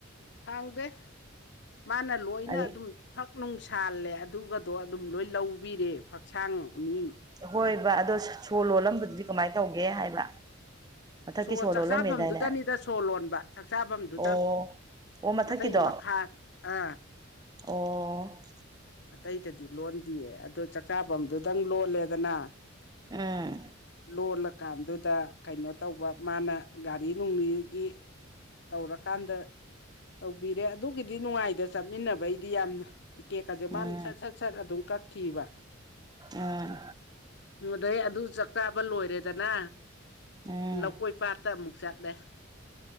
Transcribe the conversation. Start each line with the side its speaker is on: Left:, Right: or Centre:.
Left: ꯍꯥꯡꯗꯦ ꯃꯥꯅ ꯂꯣꯏꯅ
Right: ꯍꯥꯏꯗꯤ
Left: ꯑꯗꯨꯝ ꯐꯛ ꯅꯨꯡ ꯁꯥꯜꯂꯦ ꯑꯗꯨꯒꯗꯣ ꯑꯗꯨꯝ ꯂꯣꯏ ꯂꯧꯕꯤꯔꯦ ꯐꯛꯁꯥꯡ ꯑꯅꯤ
Right: ꯍꯣꯏꯑꯕ ꯑꯗꯣ ꯁꯣ ꯂꯣꯜꯂꯝꯕꯗꯨꯗꯤ ꯀꯃꯥꯏ ꯇꯧꯒꯦ ꯍꯥꯏꯕ ꯃꯊꯛꯀꯤ
Left: ꯁꯣ ꯆꯥꯛꯆꯥꯥꯕꯝꯗꯨꯗꯅꯤꯗ
Right: ꯂꯣꯜꯂꯝꯃꯦꯗꯥꯏꯅꯦ
Left: ꯁꯣ ꯂꯣꯟꯕ ꯆꯥꯛꯆꯥꯥꯕꯝꯗꯨꯗꯪ
Right: ꯑꯣ ꯑꯣ ꯃꯊꯛꯀꯤꯗꯣ
Left: ꯑꯇꯩ ꯃꯈꯥ ꯑ
Right: ꯑꯣ
Left: ꯑꯇꯩꯗꯗꯤ ꯂꯣꯟꯗꯤꯌꯦ ꯑꯗꯣ ꯆꯥꯛꯆꯥꯥꯕꯝꯗꯨꯗꯪ ꯂꯣꯜꯂꯦꯗꯅ
Right: ꯎꯝ
Left: ꯂꯣꯜꯂꯀꯥꯟꯗꯨꯗ ꯀꯩꯅꯣ ꯇꯧꯕ ꯃꯥꯅ ꯒꯥꯔꯤ ꯅꯨꯡꯂꯤꯒꯤ ꯇꯧꯔꯀꯥꯟꯗ ꯇꯧꯕꯤꯔꯦ ꯑꯗꯨꯒꯤꯗꯤ ꯅꯨꯡꯉꯥꯏꯗ ꯆꯠꯃꯤꯟꯅꯕꯩꯗꯤ ꯌꯥꯝꯅ ꯇꯤꯀꯦꯠ ꯀꯥꯖꯦ ꯃꯥꯅ
Right: ꯎꯝ
Left: ꯁꯠ ꯁꯠ ꯁꯠ ꯑꯗꯨꯝ ꯀꯛꯈꯤꯕ
Right: ꯑꯥ
Left: ꯗꯨꯗꯩ ꯑꯗꯨ ꯆꯥꯛ ꯆꯥꯕ ꯂꯣꯏꯔꯦꯗꯅ
Right: ꯎꯝ
Left: ꯂꯧꯀꯣꯏ ꯄꯥꯠꯇ ꯑꯃꯨꯛ ꯆꯠꯂꯦ